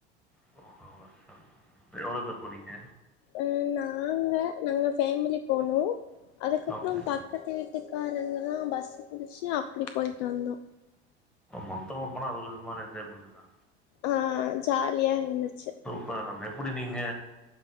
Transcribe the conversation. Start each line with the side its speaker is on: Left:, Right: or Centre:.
Centre: போன வருஷம் எவ்ளோ பேர் போனிங்க
Left: ம் நாங்க நாங்க ஃபேமிலி போனோ அதுக்கப்பற
Centre: ஓகே
Left: பக்கத்து வீட் வீட்டுக்காரங்கல்லா பஸ்சு புடிச்சு அப்டி போய்டிட்டு வந்தோ
Centre: மொத்தமா போனா அது விதமான என்ஜாய்மென்ட்டுதா
Left: ஆ ஜாலியா இருந்துச்சு
Centre: ஹாஹா எப்புடி நீங்க